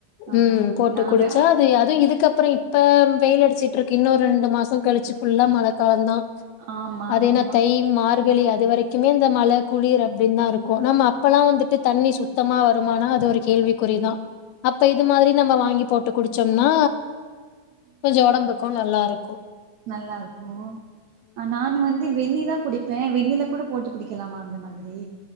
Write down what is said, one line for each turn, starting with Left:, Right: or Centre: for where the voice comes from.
Right: ஆஹா
Left: ம் போட்டு
Right: நாங்க
Left: குடுச்சா அது அது இதுக்கப்றே இப்ப வெயில் அடிச்சிட்ருக்கு இன்னு ரெண்டு மாச கழிச்சு ஃபுல்லா மழக்காலந்தா
Right: ஆமா
Left: அதேனா
Right: ஆமா
Left: தை மார்கழி அ து வரைக்குமே இந்த மழ குளிர் அப்டின் தா இருக்கு நம்ம அப்பலா வந்துட்டு தண்ணி சுத்தமா வருமானா அது ஒரு கேள்விக்குறிதா அப்ப இது மாதிரி நம்ம வாங்கி போட்டு குடுச்சோம்னா கொஞ்சொ ஒடம்புக்கு நல்லா ருக்கு
Right: நல்லாருக்கு அ நானு வந்து வெந்நிதா குடிப்பே வெந்நில கூட போட்டு குடிக்கலாமா அந்த மாதிரி